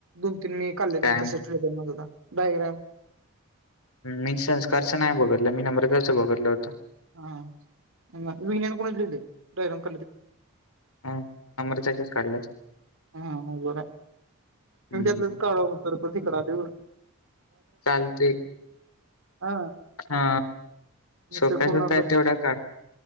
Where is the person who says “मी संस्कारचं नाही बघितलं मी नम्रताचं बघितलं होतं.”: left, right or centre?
Left